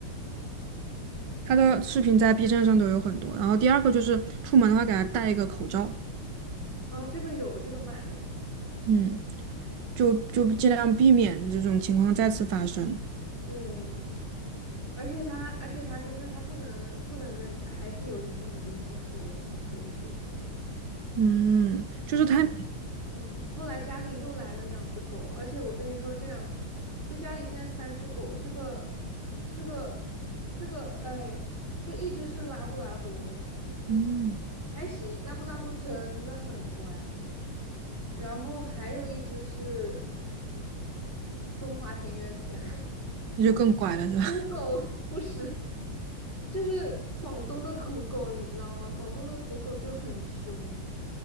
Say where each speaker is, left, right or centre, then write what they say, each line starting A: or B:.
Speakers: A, on the right; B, on the right.
A: 哦，
B: 他的视频在 B 站上都有很多。然后第二个就是出门的话，给他戴一个口罩，
A: 啊，这个有，这个买了，
B: 嗯，就就尽量避免这种情况再次发生。
A: 对，而且它而且它就是它不能不能跟，还是有点不能跟其他狗狗相处，它最近。
B: 嗯，就是太，
A: 因为。嗯，后来家里又来了两只狗，而且我跟你说，这两，就家里现在三只狗，这个，这个，这个，哎呦，就一只是拉布拉多，
B: 嗯，
A: 还行，拉布拉多真的很乖，然后还有一只是中华田园犬，
B: 那就更乖了，
A: <laughs>
B: 是吧？
A: 土狗不是，就是广东的土狗，你知道吗？广东的土狗就很凶。